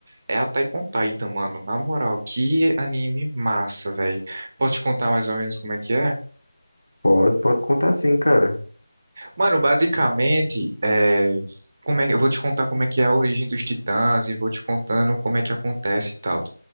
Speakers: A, on the right; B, on the left.
A: é Attack on Titan, mano. Na moral, que anime massa, velho. Posso te contar mais ou menos como é que é?
B: Pode, pode contar sim, cara.
A: Mano, basicamente, é, como é que eu vou te contar como é que é a origem dos Titãs e vou te contando como é que acontece e tal.